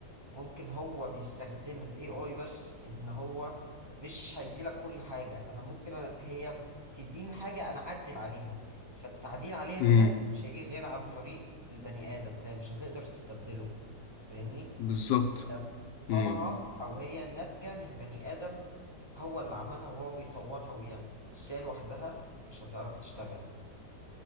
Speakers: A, on the right (about 15°); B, on the left (about 75°).
A: ممكن هو بيستخدم ال AI بس ان هو مش هيديلك كل حاجة انا ممكن أ- هي تديني حاجة انا اعدل عليها فالتعديل عليها
B: امم
A: ده مش هيجي غير عن طريق البني ادم فمش هتقدر تستبدله فاهمني
B: بالظبط
A: هي طالعة
B: امم
A: او هي ناتجة من بني ادم هو اللي عملها وهو بيطورها ويعمل بس هي لوحدها مش هتعرف تشتغل